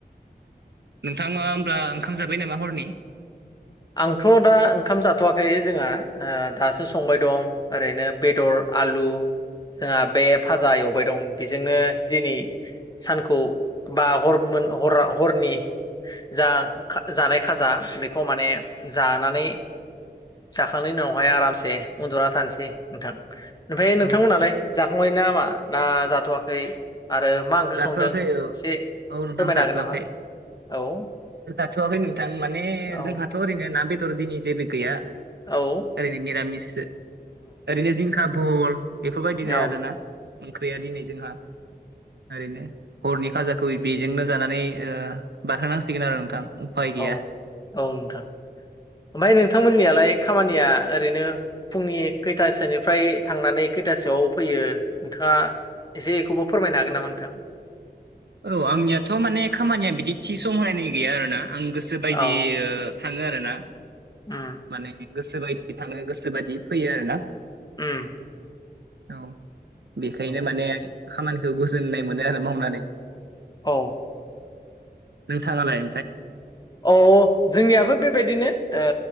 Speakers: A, on the right; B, on the left.
A: नोंथाङा होमब्ला ओंखाम जाबाय नामा हरनि?
B: आंथ' दा ओंखाम जाथ'वाखै जोंहा ओ दासो संबाय दं। ओरैनो बेदर आलु। जोंहा बे भाजा एवबाय दं बेजोंनो दिनै सानखौ बा हर हर हरनि जा जानाय खाजा बेखौ माने जानानै जाखांनायनि उनावहाय आरामसे उन्दुना थानोसै। नोंथां ओमफ्राय नोंथांमोनालाय
A: औ
B: जाखांबाय ना मा ना जाथ'वाखै? आरो मा ओंख्रि
A: जाथ'वाखै
B: संदों एसे
A: औ औ नोंथां
B: फोरमायनो
A: जाथ'वाखै
B: हागोन नामा औ।
A: जाथ'वाखै नोंथां माने
B: औ
A: जोंहाथ' ओरैनो ना बेदर दिनि जेबो गैया।
B: औ।
A: ओरैनो निरामिस ओरैनो जिंखा भहल। बेफोरबायदिनो
B: औ
A: आर ना ओंख्रिया दिनै जोंहा। ओरैनो हरनि खाजाखौ बेजोंनो जानानै औ बारहोनांसिगोन आरो नोंथां उफाय
B: औ
A: गैया
B: औ नोंथां ओमफ्राय नोंथांमोननियालाय खामानिया ओरैनो फुंनि खैथासोनिफ्राय थांनानै खैथासोआव फैयो नोंथाङा एसे इखौबो फोरमायनो हागोन नामा नोंथां
A: औ आंनियाथ' माने खामानिया बिदि थि समहायनाय गैया आरो ना आं गोसो बायदि
B: औ
A: थाङो आरो ना
B: उम
A: माने गोसो बायदि थाङो गोसो बायदि फैयो आरो ना
B: उम
A: औ बेखायनो
B: औ
A: माने खामानिखौ गोजोननाय मोनो आरो मावनानै
B: औ
A: नोंथाङालाय ओमफ्राय
B: औ जोंनियाबो बेबायदिनो ओ